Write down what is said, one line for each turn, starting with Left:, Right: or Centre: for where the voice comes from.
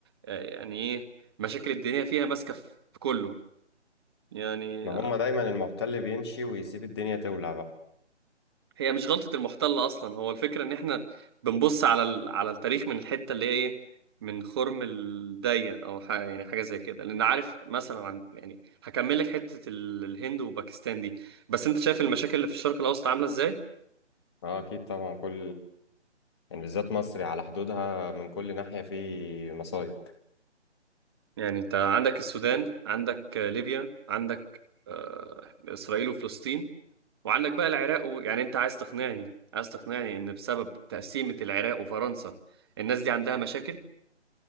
Right: آه، يعني ايه مشاكل الدنيا فيها ماسكه في في كله يعني
Left: ما هم دايما المحتل بيمشي ويسيب الدنيا تولع بقى
Right: هي مش غلطة المحتل أصلا هو الفكرة إن إحنا بنبص على ال... على التاريخ من الحتة اللي هي إيه من خرم الضيق أو حاجة يعني حاجة زي كده لأن عارف مثلا عن يعني هكمل لك حتة ال... الهند وباكستان دي بس أنت شايف المشاكل اللي في الشرق الأوسط عاملة إزاي؟
Left: اه اكيد طبعا كل يعني بالذات مصر على حدودها من كل ناحية في مصايب
Right: يعني أنت عندك السودان عندك آه، ليبيا عندك آه، إسرائيل وفلسطين وعندك بقى العراق و... يعني أنت عايز تقنعني عايز تقنعني إن بسبب تقسيمة العراق وفرنسا الناس دي عندها مشاكل؟